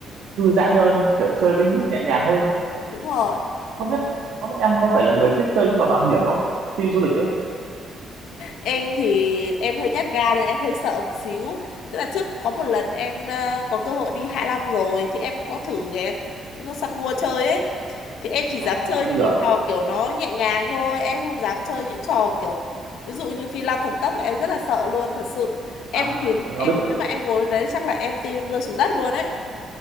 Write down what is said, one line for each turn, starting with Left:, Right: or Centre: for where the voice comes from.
Right: thư giãn hơn kiểu chơi với nước nhẹ nhàng hơn
Left: đúng rồi.
Right: không biết không biết em có phải là người thích chơi những trò mạo hiểm không khi đi du lịch ấy
Left: em thì em hơi nhát gan nên em hơi sợ một xíu tức là trước có một lần em ờ, có cơ hội đi Hạ Long rồi thì em có thử ghé săn gua chơi ấy thì em chỉ
Right: à
Left: dám chơi
Right: em có đi
Left: những
Right: rồi
Left: cái trò kiểu nó nhẹ nhàng thôi em không dám chơi những trò kiểu ví dụ như phi long thần tốc là em rất là sợ luôn thật sự em
Right: à
Left: nhìn
Right: anh
Left: em
Right: có biết trò đấy
Left: nếu mà em ngồi lên đấy chắc là em tim em rơi xuống đất luôn ấy